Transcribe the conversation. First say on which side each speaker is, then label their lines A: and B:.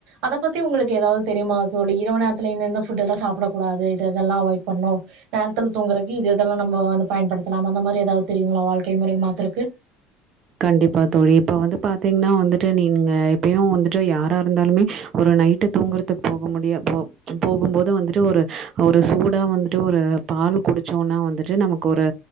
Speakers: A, on the right (about 70°); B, on the right (about 40°).
A: அத பத்தி உங்களுக்கு எதாவது தெரிமா தோழி இரவு நேரத்துல இன்னந்த ஃபுட் எல்லா சாப்பட கூடாது இது இதெல்லா அவாய்ட் பண்ணும் நேரத்துல தூங்கறக்கு இது இதெல்லா நம்ம வந்து பயன்படுத்தலாம் அந்த மாரி ஏதாது தெரியுங்களா வாழ்க்கை முறை மாத்தருக்கு
B: கண்டிப்பா தோழி இப்ப வந்து பாத்தீங்ன்னா வந்துட்டு நீங்க எப்பயும் வந்துட்டு யாரா இருந்தாலுமே ஒரு நைட்டு தூங்குறதுக்கு போக முடிய போ போகும் போது வந்துட்டு ஒரு ஒரு சூடா வந்துட்டு ஒரு பால் குடிச்சோனா வந்துட்டு நமக்கு ஒரு